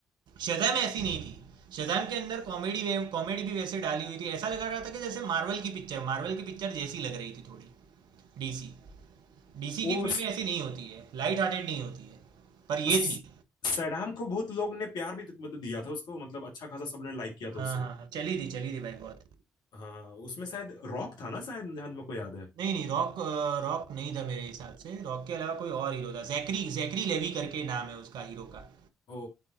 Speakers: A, on the right; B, on the left.
A: शज़ैम ऐसी नहीं थी शज़ैम के अंदर कॉमेडी वे कॉमेडी भी वैसे डाली हुई थी ऐसा लगा रहा था कि जैसे मार्वल की पिक्चर मार्वल की पिक्चर जैसी लग रही थी थोड़ी डीसी डीसी
B: वो
A: की फिल्में
B: स-
A: ऐसी नहीं होती है लाइट हार्टेड नहीं होती है पर ये
B: स-
A: थी
B: सैडाम को बहुत लोग ने प्यार भी तो, मतलब दिया था उसको मतलब अच्छा खासा सबने लाइक किया
A: हाँ
B: था उसे
A: हाँ हाँ, चली थी चली थी भाई बहुत
B: हाँ उसमें शायद रॉक था ना शायद जहां मेरे को याद है
A: नहीं नहीं रॉक अ, रॉक नहीं था मेरे हिसाब से रॉक के अलावा कोई और हीरो था जैकरी जैकरी लेवी करके नाम है उसका हीरो का
B: ओ